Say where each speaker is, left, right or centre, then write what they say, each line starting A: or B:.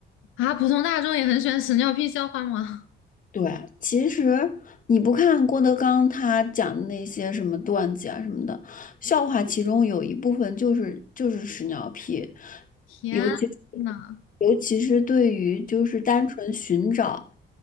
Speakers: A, on the left; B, on the left.
A: 啊，普通大众也很喜欢屎尿屁笑话吗？
B: 对，其实你不看郭德纲他讲的那些什么段子啊什么的，笑话其中有一部分就是就是屎尿屁，
A: 天呐，
B: 尤其尤其是对于就是单纯寻找